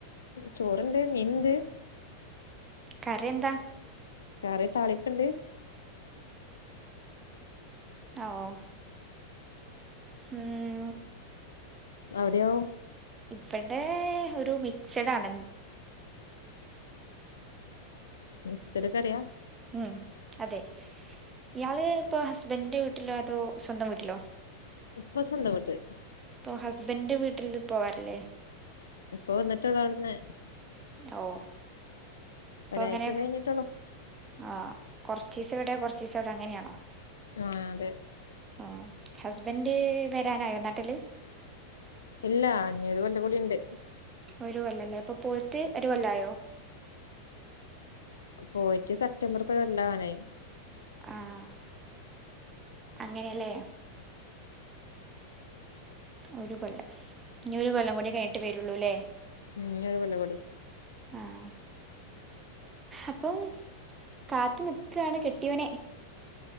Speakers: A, on the left (about 70°); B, on the right (about 20°).
A: ചോറണ്ട് മീൻണ്ട്
B: കറി എന്താ
A: വേറെ താളിപ്പുണ്ട്
B: ആഹ് ഓ ഉം
A: അവിടെയോ
B: ഇവിടെ ഒരു മിക്സഡാണ്
A: മിക്സഡ് കറിയ
B: ഉം അതെ ഇയാള് ഇപ്പൊ ഹസ്ബൻഡന്റെ വീട്ടിലോ അതോ സ്വന്തം വീട്ടിലോ
A: ഇപ്പ സ്വന്ത വീട്ട്
B: ഇപ്പോ ഹസ്ബന്റെ വീട്ടിൽ ഇത് പോവാറല്ലേ
A: ഇപ്പൊ വന്നിട്ടള്ള അവിടന്ന്
B: ഓ അപ്പൊ
A: ഒരാഴ്ച
B: അങ്ങനെ
A: കഴിഞ്ഞിട്ടുള്ളൂ
B: ആഹ് കുറച്ച് ദിവസം എവിടെ കൊറച്ച് ദിവസ എവിടെ അങ്ങനെയാണോ
A: ആഹ് അതെ
B: ആഹ് ഹസ്ബൻഡ് വരാനായോ നാട്ടിൽ
A: ഇല്ല ഇനി ഒരു കൊല്ലം കൂടി ഉണ്ട്
B: ഒരു കൊല്ല അല്ലേ അപ്പോൾ പോയിറ്റ് ഒരു കൊല്ല ആയോ
A: പോയിട്ട് സെപ്റ്റംബർ ഒരുക്കൊല്ലാവാനായി
B: ആഹ് അങ്ങനെയല്ലേ ഒരു കൊല്ലം ഇനി ഒരു കൊല്ലം കൂടി കഴിഞ്ഞിട്ട് വരുള്ളൂ അല്ലേ
A: ഉം ഇനി ഒരു കൊല്ല കൂടി
B: ആഹ് അപ്പം കാത്തു നിൽക്കാണ് കെട്ടിയോനെ